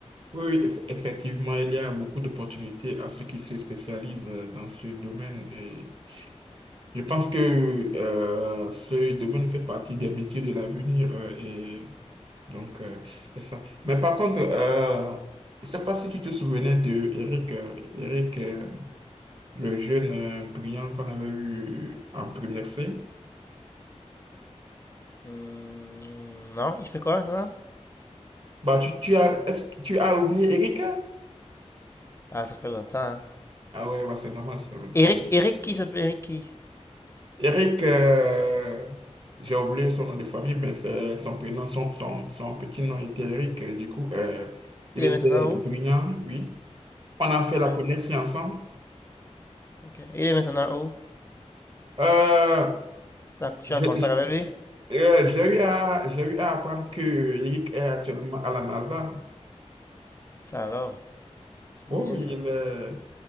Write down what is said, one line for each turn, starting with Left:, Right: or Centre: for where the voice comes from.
Right: Oui, oui, eff- effectivement, il y a beaucoup d'opportunités à ceux qui se spécialisent euh, dans ce domaine et Je pense que euh, ce domaine fait partie des métiers de l'avenir euh, et donc euh, c'est ça. Mais par contre, euh, je sais pas si tu te souvenais de Eric, euh, Eric, euh, le jeune euh, brillant qu'on avait eu en première C.
Left: Hmm, non, il fait quoi maintenant?
Right: Bah tu, tu as est-ce que tu as oublié Eric?
Left: Ah, ça fait longtemps, hein.
Right: Ah ouais, bah, c'est normal ça. ça.
Left: Eric, Eric qui s'appelle Eric qui?
Right: Eric, euh, j'ai oublié son nom de famille, mais c'est son prénom, son, son, son petit nom était Eric. Du coup, euh, il
Left: Il
Right: était
Left: est maintenant
Right: brillant,
Left: où?
Right: oui. On a fait
Left: Ok,
Right: la première séance ensemble.
Left: ok. Il est maintenant où?
Right: Euh,
Left: Donc, tu
Right: j'ai
Left: es en contact avec lui?
Right: euh, j'ai eu à, j'ai eu à apprendre que Eric est actuellement à la NASA.
Left: Ça alors, c'est
Right: Oh
Left: bien
Right: oui,
Left: ça.
Right: il est